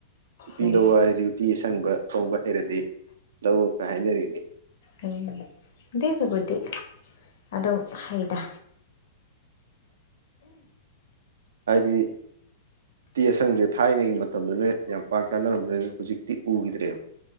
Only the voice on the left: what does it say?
ꯎꯝ
ꯎꯝ꯫ <unintelligible> ꯕꯨꯗꯤ ꯑꯗꯨꯝ ꯍꯩꯗ꯫